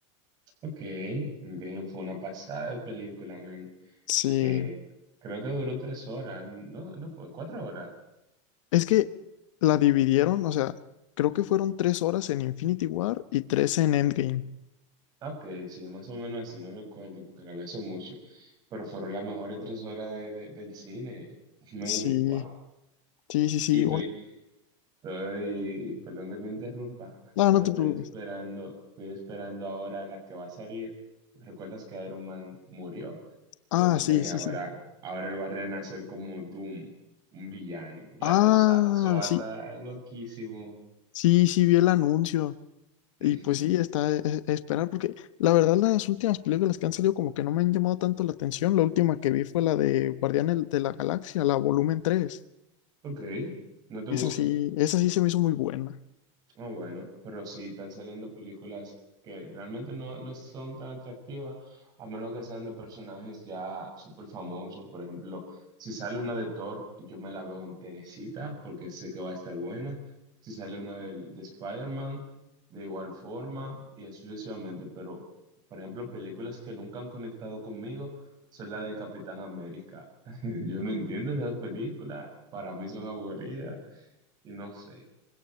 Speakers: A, on the right; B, on the left.
A: Ok, Endgame fue una pasada de película, men.
B: Sí,
A: Eh, creo que duró tres horas. No, no fue, cuatro horas.
B: es que la dividieron, o sea, creo que fueron tres horas en Infinity War y tres en Endgame.
A: Ah, Ok, sí, más o menos así, no recuerdo porque la vi hace mucho. Pero fueron las mejores tres horas de- de- del cine. Men,
B: Sí,
A: wow.
B: sí, sí, sí.
A: ¿Y
B: un-
A: tú, Estoy, perdón que te interrumpa,
B: No,
A: pero
B: no te
A: estoy
B: preocupes.
A: esperando, estoy esperando ahora la que va a salir. ¿Recuerdas que Iron Man murió?
B: Ah,
A: Entonces
B: sí, sí,
A: ahora,
B: sí.
A: ahora él va a renacer como Doom, un villano. Ya
B: Ah,
A: tú sabes, eso va
B: sí,
A: a estar loquísimo.
B: sí, sí, vi el anuncio.
A: <laughs>
B: Y pues sí, está e- e- esperar, porque la verdad las últimas películas que han salido como que no me han llamado tanto la atención. La última que vi fue la de Guardianes de la Galaxia, la volumen tres
A: Ok, ¿no te
B: Esa
A: gustó?
B: sí, esa sí se me hizo muy buena.
A: Ah, bueno, pero sí están saliendo películas que realmente no, no son tan atractivas, a menos que sean de personajes ya súper famosos. Por ejemplo, si sale una de Thor, yo me la veo enterecita porque sé que va a estar buena. Si sale una del- de, Spider-Man, de igual forma y así sucesivamente. Pero, por ejemplo, películas que nunca han conectado conmigo son la del Capitán América. <laughs> Yo no entiendo esas películas, para mí son aburridas y no sé.